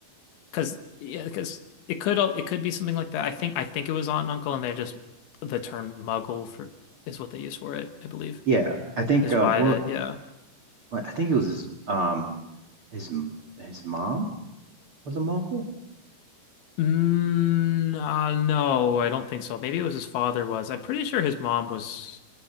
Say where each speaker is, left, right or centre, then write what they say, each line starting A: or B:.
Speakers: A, on the left; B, on the right.
A: cause yeah, cause it could al- it could be something like that. I think I think it was Aunt and Uncle, and they just the term Muggle for is what they use for it. I believe
B: Yeah, I think
A: is
B: uh,
A: why
B: well,
A: that yeah.
B: I think it was his, um his m- his mom was a Mongol.
A: Mm, uh, no, I don't think so. Maybe it was his father was. I'm pretty sure his mom was